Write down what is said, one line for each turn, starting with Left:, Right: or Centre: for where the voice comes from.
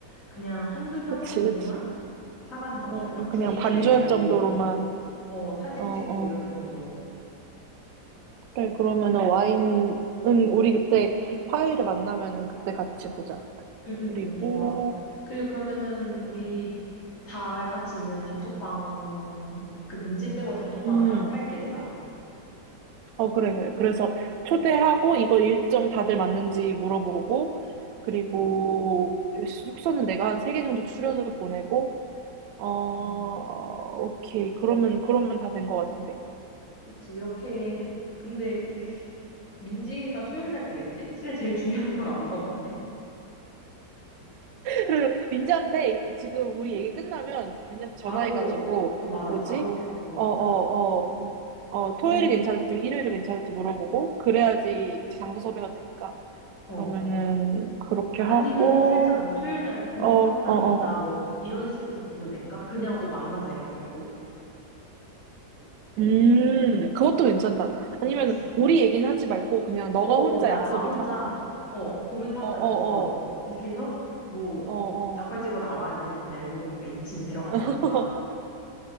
Left: 그냥 한 두 병
Right: 그치,
Left: 정도만
Right: 그치.
Left: 사가는 거 어떨까?
Right: 어, 음,
Left: 분위기
Right: 그냥 반주할
Left: 내고,
Right: 정도로만,
Left: 어, 사진
Right: 어, 어.
Left: 찍고 이럴 정도로.
Right: 그래, 그러면은 와인은 우리 그때 화요일에 만나면은 그때 같이 보자.
Left: 응, 응,
Right: 그리고,
Left: 응, 좋아. 그리고 그러면은 우리 다 같이 있는 단톡방, 그 민지 빼고 단톡방을
Right: 음,
Left: 하나 팔게, 내가.
Right: 어, 그래, 그래. 그래서 초대하고 이거 일정 다들 맞는지 물어보고, 그리고
Left: 응,
Right: 숙소는 내가 한 세 개 정도 추려서 보내고, 어,
Left: 응.
Right: 오케이. 그러면, 그러면 다 된 것 같은데?
Left: 그치, 이렇게. 근데
Right: 음.
Left: 민지가 토요일 날 되겠지? 실은 제일 중요한 걸 안 물어봤네.
Right: 그리고 민지한테 지금 우리 얘기 끝나면 민지한테 전화해가지고
Left: 바로, 어, 맞아.
Right: 뭐지?
Left: 바로 한번 물어보자.
Right: 어, 어, 어, 어, 토요일이
Left: 근,
Right: 괜찮을지 일요일이 괜찮을지 물어보고 그래야지 장소 섭외가 되니까
Left: 어.
Right: 그러면은 그렇게 하고
Left: 아니면은 살짝 뭐 토요일 날 고민
Right: 어, 어,
Left: 상담이
Right: 어.
Left: 있다, 뭐 이런 식으로 불러낼까? 그냥, 어, 만나자 이런 거 말고.
Right: 음, 그것도 괜찮다. 아니면
Left: 그치?
Right: 우리 얘기는 하지 말고 그냥 너가
Left: 어, 어,
Right: 혼자
Left: 어, 나,
Right: 약속을
Left: 나 혼자,
Right: 잡아.
Left: 어, 고민 상담이
Right: 어, 어,
Left: 있어.
Right: 어,
Left: 이렇게 해서 뭐
Right: 어,
Left: 닭발집으로
Right: 어.
Left: 나와 이랬는데 알고 보니까 2층에 데려간다던가.
Right: <laughs>